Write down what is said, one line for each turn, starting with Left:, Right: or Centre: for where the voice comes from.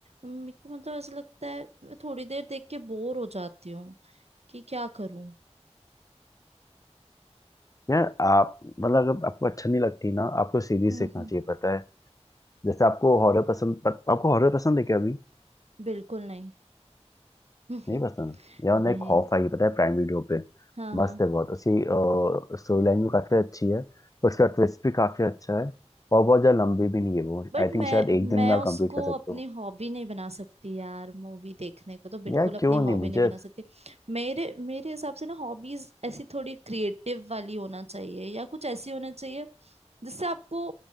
Right: मेरे को मतलब ऐसा लगता है मैं थोड़ी देर देख के बोर हो जाती हूँ कि क्या करूँ
Left: यार आप मतलब अगर आपको अच्छा नहीं लगती ना आपको सीरीज
Right: हम्म
Left: सीखना
Right: हम्म
Left: चाहिए पता है जैसे आपको हॉरर पसंद पत, आपको हॉरर पसंद है क्या अभी
Right: बिल्कुल नहीं <laughs>
Left: नहीं पसंद यार उन्हें
Right: नहीं
Left: खौफ आई पता है प्राइम वीडियो पे
Right: हाँ हाँ
Left: मस्त है बहुत उसकी स्टोरी लाइन भी काफी अच्छी है उसका ट्विस्ट भी काफी अच्छा है और बहुत ज्यादा लंबी भी नहीं है वो
Right: बट
Left: आई
Right: मैं
Left: थिंक शायद एक दिन
Right: मैं
Left: में
Right: उसको
Left: आप कंप्लीट कर सकते
Right: अपनी
Left: हो
Right: हॉबी नहीं बना सकती यार मूवी देखने को तो बिल्कुल
Left: यार
Right: अपनी
Left: क्यों नहीं
Right: हॉबी
Left: मुझे
Right: नहीं बना सकती मेरे मेरे हिसाब से ना हॉबीज ऐसी थोड़ी क्रिएटिव वाली होना चाहिए या कुछ ऐसी होना चाहिए जिससे आपको